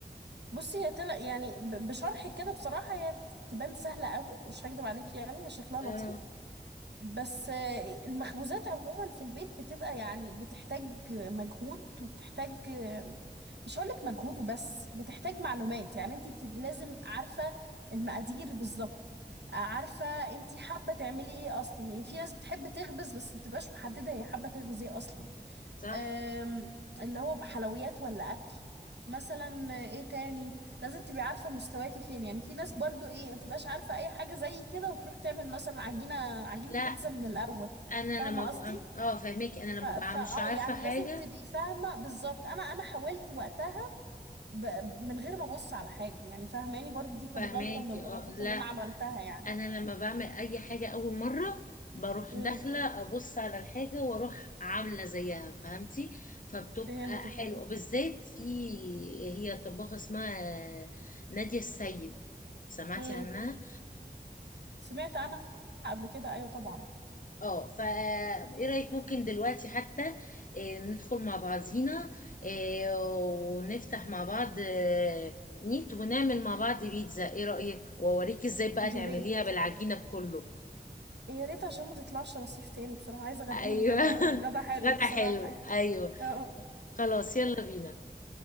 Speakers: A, on the right; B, on the left.
A: بصي هي طلع يعني ب- بشرحك كده بصراحة هي ت- تبان سهلة قوي مش هكدب عليكي يعني هي شكلها
B: اه
A: لطيف بس آه، المخبوزات عموما في البيت بتبقى يعني بتحتاج مجهود وبتحتاج آه، مش هقولك مجهود وبس بتحتاج معلومات يعني انتي بتبقي لازم عارفة المقادير بالظبط عارفة انتي حابة تعملي ايه اصلا يعني في ناس بتحب تخبز بس مبتبقاش محددة هي حابة تخبز ايه اصلا
B: صح
A: أم، اللي هو حلويات ولا اكل مثلا ايه تاني لازم تبقي عارفه مستواكي فين يعني في ناس برضو ايه ما تبقاش عارفه اي حاجه زي كده وتروح تعمل مثلا عجينه عجينه
B: لا
A: بيتزا من الاول
B: انا
A: فاهمه
B: لما ببقى
A: قصدي
B: اه فاهماكي انا لما
A: ف- فا
B: ببقى مش
A: اه
B: عارفه
A: يعني
B: حاجه
A: لازم تبقي فاهمه بالظبط انا انا حاولت وقتها ب... من غير ما ابص على حاجه يعني فاهماني برضو دي كانت
B: فاهماكي
A: غلطه من الغلطات
B: اه لا
A: اللي انا عملتها يعني
B: انا لما بعمل اي حاجه اول مره بروح
A: امم
B: داخله ابص على الحاجه واروح عامله زيها فهمتي فبتبقى
A: فهمتك
B: حلوه
A: اه
B: بالذات في هي طباخه اسمها ناديه السيد سمعتي
A: امم
B: عنها
A: سمعت انا قبل كده ايوه طبعا
B: اه فا ايه رأيك ممكن دلوقتي حتى آه، ندخل مع بعضينا آه، ونفتح مع بعض آه، نيت ونعمل مع بعض بيتزا ايه رأيك واوريك ازاي بقى
A: يا
B: تعمليها
A: ريت
B: بالعجينة بكله
A: يا ريت عشان ما تطلعش رصيف تاني بصراحة عايزة اغديهم
B: ايوه
A: غدا
B: <laughs>
A: غدا حلو
B: غدا
A: بصراحة
B: حلو
A: يعني
B: ايوه
A: اه
B: خلاص يلا بينا